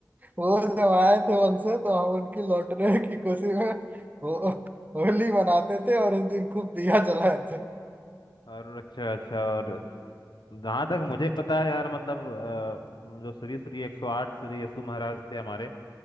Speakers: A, on the right; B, on the left.
A: वो जब आए थे वन से तो हम उनकी लौटने की खुशी में वो होली मनाते थे और उस दिन खूब दिया जलाए थे
B: और अच्छा अच्छा और जहाँ तक मुझे पता है यार मतलब अ, जो श्री श्री एक सौ आठ श्री यशु महाराज थे हमारे